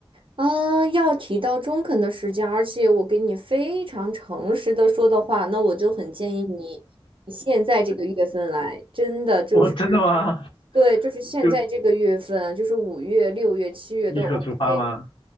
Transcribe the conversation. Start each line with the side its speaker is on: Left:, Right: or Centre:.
Right: 啊，要提到中肯的时间，而且我给你非常诚实的说的话，那我就很建议你现在这个月份来，真的就是
Left: <laughs> 哦，真的吗？
Right: 对，就是现在这个月份，
Left: 就
Right: 就是五月、六月、七月都
Left: 立刻出发吗？
Right: OK，